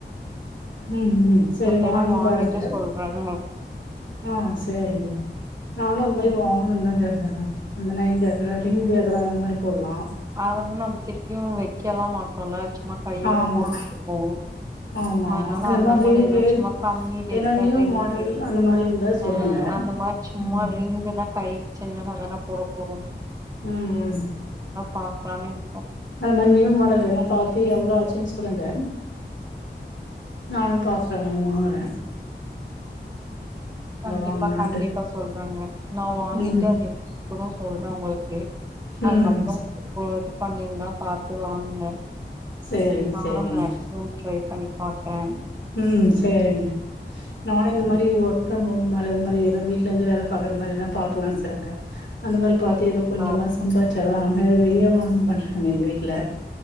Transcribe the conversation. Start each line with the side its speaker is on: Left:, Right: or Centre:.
Left: ம் ம் சேரி
Right: மத்ததெல்லா
Left: வாங்கி
Right: வாங்கிட்டு
Left: பாருங்க
Right: சொல்றாங்க
Left: ஆ சேரிங்க நானு அந்த மாரிதா
Right: ம்
Left: வாங்கணுன் தா தேட்னேங்க நம்மனா <unintelligible>
Right: ம்
Left: அந் மாரி குளா
Right: அதெல்லா நம்ம திருப்பியு வைக்கலாம் மாட்டோன்ல கையோட
Left: ஆமா
Right: போட்டுட்டு போவோ
Left: ஆமா ஆமா
Right: அதுனால அந்த மாரி
Left: ரிங்கு
Right: என்ன சும்மா கம்மி ரேட்ல
Left: ஏன்னா நியூ
Right: ரிங்கு
Left: மாடல் அந்த மாரி இருந்தா சொல்லுங்க
Right: ஆ அந்த மாரி சும்மா
Left: ம்
Right: ரிங்குனா கை சின்னதா தான போட போறோம்
Left: ம் ம்
Right: பாக்லா மேனு
Left: அந்த மாரி நியூ மாடல் ஏதுனா பாத்து எவ்ளோ ஆச்சுன் சொல்லுங்க நானு பாத்துட்டு இனோன்னு வாங்குனே
Right: கண்டிப்பா
Left: வாங்கணுன்ட்டு
Right: கண்டிப்பா சொல்றங்க நா வாங்கிட்டு
Left: ம்
Right: அது எப்டி இருக்குனு சொல்றே உங்களுக்கு அதுக்கப்புறே
Left: ம்
Right: உங்களுக்கு பண்ணிருந்தா பாத்து வாங்குங்க
Left: சேரிங்
Right: நானு
Left: சேரிங்
Right: மேக்சிமம் ட்ரை பண்ணி பாக்குறே
Left: ம் சேரிங்க நானு இந்த
Right: ம்
Left: மாரி ஒர்க் ஃபிரம் ஹோம்மு அது இந்மாரி வீட்ல இருந்தே வேல பாக்கற மாரி ஏதனா பாக்லானு சார் அங்க அந்த மாரி பாத்து
Right: ம்
Left: ஏதோ கொஞ்சமா
Right: பாருங்க
Left: சம்பாதிச்சாதா வெளிய வா எர்ன் பண்ற அங்க ஊந்த வீட்ல